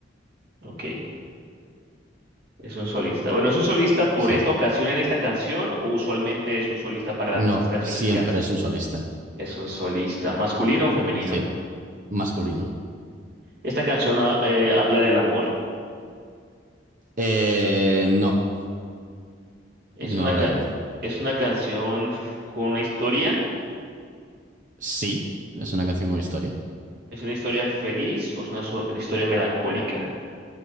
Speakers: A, on the right; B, on the right.
A: Ok, es un solista. Bueno, ¿es un solista por
B: Sí.
A: esta ocasión en esta canción o usualmente es un solista para las
B: No,
A: demás canciones
B: siempre
A: que hace?
B: es un solista.
A: Es un solista, masculino o femenino.
B: Sí, masculino.
A: Esta canción ha- eh, habla del amor.
B: Eh, no,
A: Es
B: no
A: una,
B: habla
A: ca-
B: de amor.
A: es una canción f- con una historia.
B: Sí, es una canción con historia.
A: ¿Es una historia feliz o es una so- historia melancólica?